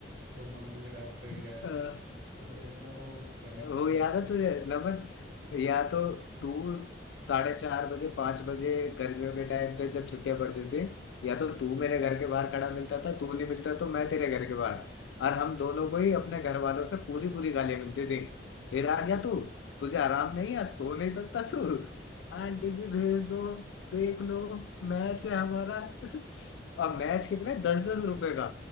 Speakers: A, on the right; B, on the left.
A: तो मम्मी भी डांट रही
B: <laughs>
A: है
B: अ,
A: मतलब इतना वो फनी था
B: वो
A: ना
B: याद
A: उस
B: है तुझे नमन या तो तू साढ़े चार बजे पांच बजे गर्मियों के टाइम पे जब छुट्टियां पड़ती थी या तो तू मेरे घर के बाहर खड़ा मिलता था तू नहीं मिलता तो मैं तेरे घर के बाहर और हम दोनों को ही अपने घर वालों से पूरी पूरी गालियां मिलती थी फिर आ गया तू तुझे आराम नहीं है सो नहीं सकता तू आंटी जी भेज दो देख लो मैच है हमारा <laughs> और मैच कितना दस दस रुपए का